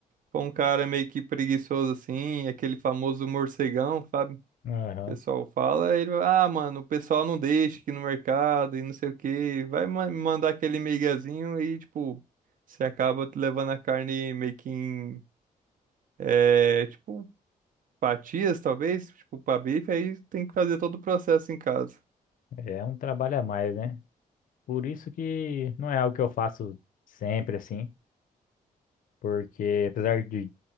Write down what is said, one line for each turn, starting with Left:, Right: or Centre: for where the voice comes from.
Right: for um cara meio que preguiçoso assim, aquele famoso morcegão, sabe?
Left: Aham,
Right: O pessoal fala, ele vai, ah, mano, o pessoal não deixa aqui no mercado e não sei o quê. Vai ma- mandar aquele miguezinho e, tipo, você acaba levando a carne meio que em, é, tipo, fatias, talvez, tipo, pra bife, aí tem que fazer todo o processo em casa.
Left: É um trabalho a mais, né? Por isso que não é algo que eu faço sempre assim, porque apesar de